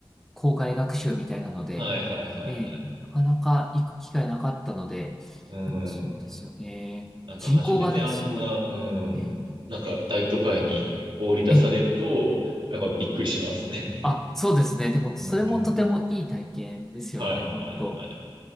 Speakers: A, in the centre; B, on the right (about 60°).
A: 校外学習みたいなので、
B: はいはいはいはい。
A: ええ、なかなか行く機会なかったので、
B: うん。
A: でもそうですよね。
B: なんか初めてあんな、
A: 人口がね、すごい。
B: うん。
A: え
B: なんか大都会に放り出されると、
A: え、ええ。
B: なんかびっくりしますね。
A: あ、そうですね。でも、それもとてもいい体験ですよね、
B: うん。はいはいはい。
A: 本当。